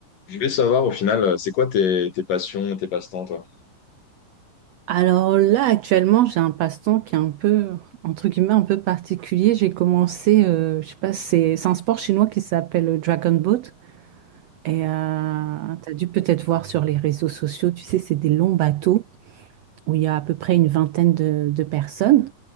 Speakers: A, on the left; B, on the right.
A: Je voulais savoir au final, euh, c'est quoi tes, tes passions, tes passe-temps, toi?
B: Alors là, actuellement, j'ai un passe-temps qui est un peu, entre guillemets, un peu particulier. J'ai commencé, euh, je sais pas, c'est c'est un sport chinois qui s'appelle le Dragon Boat. Et euh, t'as dû peut-être voir sur les réseaux sociaux, tu sais, c'est des longs bateaux où il y a à peu près une vingtaine de, de personnes